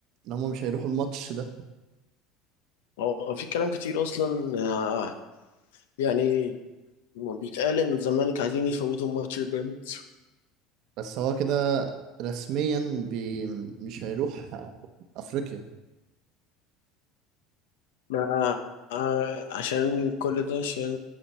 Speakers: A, on the right; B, on the left.
A: ان هم مش هيروحوا الماتش ده
B: هو في كلام كتير اصلا آه، يعني بيتقال ان الزمالك عايزين يفوتوا ماتش البيراميدز
A: بس هو كده رسميا بي مش هيروح آه، افريقيا
B: ما آه، عشان كل ده عشان